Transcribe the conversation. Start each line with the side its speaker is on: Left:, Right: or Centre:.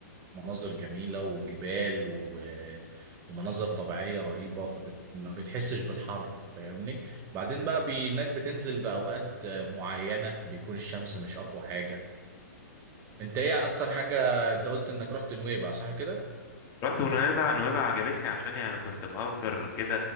Right: ومناظر جميله وجبال و... ومناظر طبيعيه رهيبه فما بتحسش بالحر فاهمني بعدين بقى بي- انك بتنزل باوقات آه، معينه بيكون الشمس مش اقوى حاجه انت ايه اكتر حاجه انت قلت انك رحت نويبع صح كده
Left: رحت ونويبع نويبع عجبتني عشان يعني كنت مأجر كده